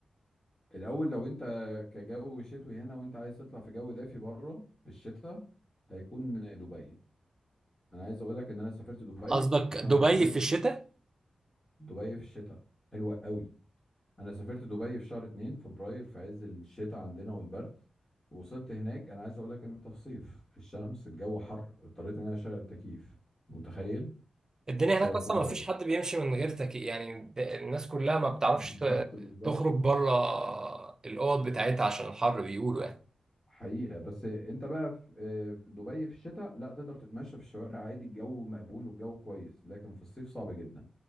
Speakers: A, on the left (about 20°); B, on the right (about 25°).
A: الاول لو انت كجو شتوي هنا وانت عايز تطلع في جو دافي بره في الشتاء هيكون دبي انا عايز اقول لك ان انا سافرت دبي
B: قصدك
A: في شهر
B: دبي
A: اتنين
B: في الشتاء
A: دبي في الشتاء حلوة قوي انا سافرت دبي في شهر اتنين فبراير في عز الشتاء عندنا والبرد ووصلت هناك انا عايز اقول لك ان انت في صيف في الشمس الجو حر اضطريت ان انا اشغل التكييف متخيل
B: الدنيا
A: في شهر
B: هناك اصلا
A: فبراير
B: ما فيش حد بيمشي من غير تكييف يعني الد- الناس كلها ما بتعرفش
A: بالظبط
B: ت-
A: بالظبط
B: تخرج بره الاوض بتاعتها عشان الحر بيقولوا يعني
A: حقيقة بس انت بقى في آه، في دبي في الشتاء لا تقدر تتمشى في الشوارع عادي الجو مقبول والجو كويس لكن في الصيف صعب جدا